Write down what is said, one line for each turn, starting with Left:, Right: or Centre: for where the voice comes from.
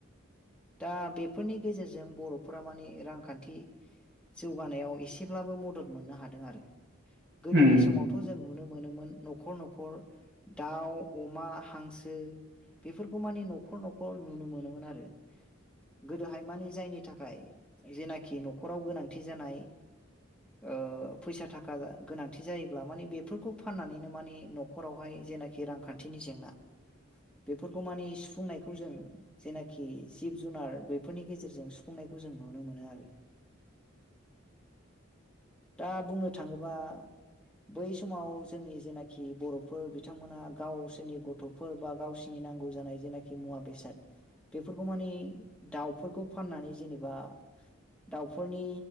Centre: दा बेफोरनि गेजेरजों बर'फोरा माने रांखान थि जौगानायाव एसेब्लाबो मदद मोननो हादों आरो। गोदोनि
Right: उम
Centre: समावथ' जों नुनो मोनोमोन। न'खर न'खर दाउ, अमा, हांसो बेफोरखौ माने न'खर न'खर नुनो मोनोमोन आरो। गोदोहायमानि जायनि थाखाय जेनाखि न'खराव गोनांथि जानाय ओ फैसा थाखा गोनांथि जायोब्ला माने बेफोरखौ फाननानैनो माने न'खरावहाय जेनाखि रांखान्थिनि जेंना बेफोरखौ मानि सुफुंनायखौ जों जेनाखि जिब जुनार बेफोरनि गेजेरजों सुफुंनाय खौ जों नुनो मोनो आरो।
Right: <inaudible>
Centre: दा बुंनो थाङोबा बै समाव जोंनि जेनाखि बर'फोर बिथांमोना गावसोरनि गथ'फोर बा गावसिनि नांगौ जानाय जेनाखि मुवा बेसाद बेफोरखौ मानि दाउफोरखौ फाननानै जेनेबा
Right: <inaudible>
Centre: दाउफोरनि